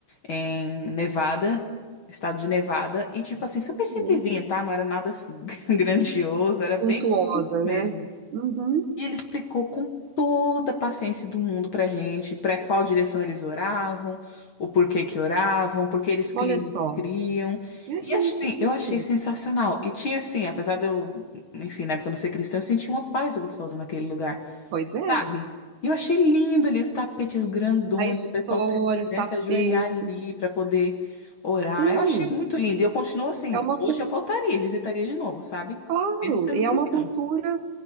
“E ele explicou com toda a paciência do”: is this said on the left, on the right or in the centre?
Left